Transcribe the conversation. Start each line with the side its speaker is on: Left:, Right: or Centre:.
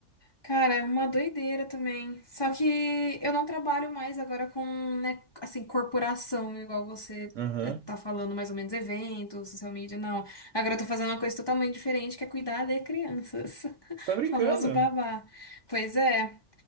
Left: Cara, é uma doideira também. Só que eu não trabalho mais agora com, né, assim, corporação, igual você
Right: Aham.
Left: eh, tá falando, mais ou menos, eventos, social media, não. Agora eu tô fazendo uma coisa totalmente diferente, que é cuidar de crianças.
Right: Você
Left: <laughs>
Right: tá brincando?
Left: Famoso babá. Pois é.